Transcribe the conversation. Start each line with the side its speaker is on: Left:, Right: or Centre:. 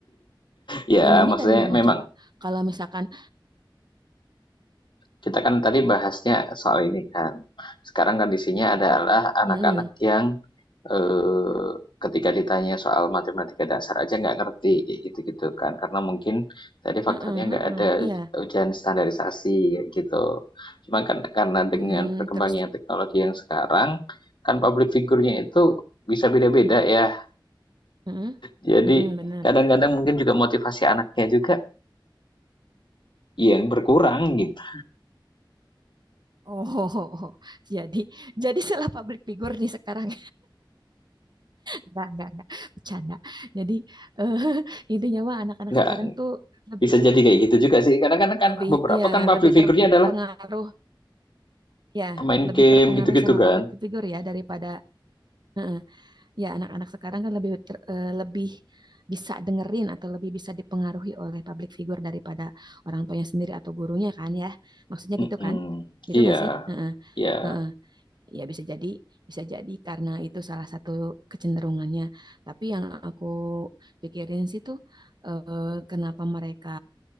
Left: ya
Right: Nyambungnya
Left: maksudnya
Right: dari mana
Left: memang
Right: coba? Kalau misalkan
Left: Kita kan tadi bahasnya soal ini kan. Sekarang kondisinya adalah anak-anak
Right: mm
Left: yang, eee, ketika ditanya soal matematika dasar aja nggak ngerti, gitu-gitu kan. Karena mungkin tadi faktornya
Right: heeh, heeh,
Left: nggak ada
Right: iya,
Left: ujian standarisasi, gitu. Cuma kan karena dengan
Right: mm
Left: perkembangan
Right: terus
Left: teknologi yang sekarang, kan public figure-nya itu bisa beda-beda ya.
Right: mm
Left: Jadi
Right: mm-mm, benar.
Left: kadang-kadang mungkin juga motivasi anaknya juga yang berkurang gitu.
Right: Oh, <laughs> jadi jadi salah public figure nih sekarang. Enggak, enggak, enggak. Bercanda. Jadi eh, <laughs> intinya mah anak-anak
Left: Nggak
Right: sekarang tuh lebih
Left: Bisa jadi kayak gitu juga sih. Karena kan kan
Right: lebih
Left: beberapa
Right: ya
Left: kan public
Right: lebih
Left: figure-nya
Right: terpengaruh
Left: adalah
Right: ya,
Left: pemain
Right: lebih
Left: game
Right: terpengaruh
Left: gitu-gitu
Right: sama
Left: kan.
Right: public figure ya daripada eh, ya anak-anak sekarang kan lebih ter- eh, lebih bisa dengerin atau lebih bisa dipengaruhi oleh public figure daripada orang tuanya sendiri atau gurunya kan ya. Maksudnya
Left: Mm-mm.
Right: gitu kan? Gitu
Left: Iya,
Right: nggak sih? Heeh,
Left: iya,
Right: heeh. Ya bisa jadi, bisa jadi karena itu salah satu kecenderungannya. Tapi yang aku pikirin sih tuh eh, kenapa mereka